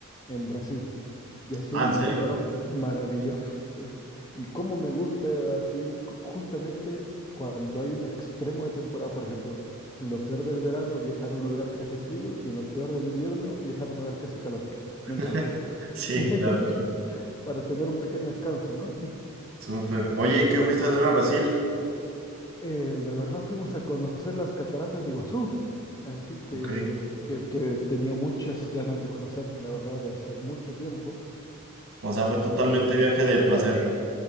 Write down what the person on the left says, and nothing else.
en Brasil y hace
un
calor maravilloso. Es- Cómo me gusta así cu- justamente cuando hay un extremo de temporada, por ejemplo. En lo peor del verano, viajar a un lugar que hace frío y en lo peor del invierno, viajar a un lugar que hace calor.
Me encanta.
<laughs>
Para tener un pequeño descanso, ¿no?
Eh, la verdad fuimos a conocer las cataratas de Iguazú, así que,
que, que tenía muchas ganas de conocer, la verdad, de hace mucho tiempo.
Y con mis